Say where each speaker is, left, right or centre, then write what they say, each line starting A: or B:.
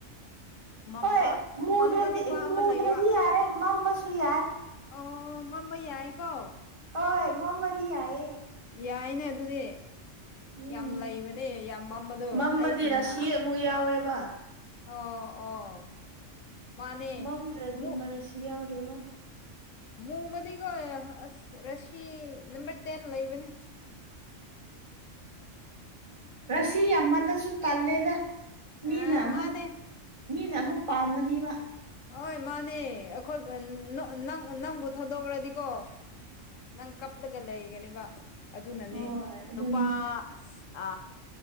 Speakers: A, on the left; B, on the right.
A: ꯃꯝꯕ
B: ꯍꯣꯏ ꯃꯨꯗ꯭ꯔꯗꯤ
A: ꯃꯝꯕ ꯅꯨꯄꯥ ꯑꯃꯥ
B: ꯃꯨꯗ꯭ꯔꯗꯤ
A: ꯂꯩꯌꯦꯕ
B: ꯌꯥꯔꯦ ꯃꯝꯕꯁꯨ ꯌꯥꯏ
A: ꯑꯣ ꯃꯝꯕ ꯌꯥꯏꯌꯦꯀꯣ
B: ꯍꯣꯏ ꯃꯝꯃꯗꯤ ꯌꯥꯏꯌꯦ
A: ꯌꯥꯏꯅꯦ ꯑꯗꯨꯗꯤ
B: ꯎꯝ
A: ꯌꯥꯝ ꯂꯩꯕꯅꯦ ꯌꯥꯝ ꯃꯝꯕꯗꯣ
B: ꯃꯝꯕꯗꯤ
A: ꯑꯩꯒꯨꯝꯅ
B: ꯔꯥꯁꯤ ꯑꯃꯨꯛ ꯌꯥꯎꯋꯦꯕ
A: ꯑꯣ ꯑꯣ ꯃꯥꯅꯦ
B: ꯃꯝꯗ꯭ꯔꯗꯤ
A: ꯃꯨꯛ
B: ꯔꯥꯁꯤ ꯌꯥꯎꯗꯦꯕ
A: ꯃꯨꯕꯗꯤꯀꯣ ꯑꯁ ꯔꯁꯤ ꯅꯝꯕꯔ ꯇꯦꯟ ꯂꯩꯕꯅꯦ <inaudible>
B: ꯔꯥꯁꯤ ꯌꯥꯝꯃꯜꯂꯁꯨ ꯇꯜꯂꯦꯗ
A: ꯑꯥ
B: ꯃꯤꯅ ꯑꯃꯨꯛ
A: ꯃꯥꯅꯦ
B: ꯃꯤꯅ ꯑꯃꯨꯛ ꯄꯥꯝꯒꯅꯤꯕ
A: ꯍꯣꯏ ꯃꯥꯅꯦ ꯑꯩꯈꯣꯏ ꯅꯪ ꯅꯪ ꯅꯪꯕꯨ ꯊꯥꯗꯣꯛꯈ꯭ꯔꯥꯗꯤꯀꯣ ꯅꯪ ꯀꯞꯂꯒ ꯂꯩꯒꯅꯦꯕ ꯑꯗꯨꯅꯅꯦ
B: ꯍꯣꯏ ꯑꯗꯨꯅꯤ
A: ꯅꯨꯄꯥ ꯑ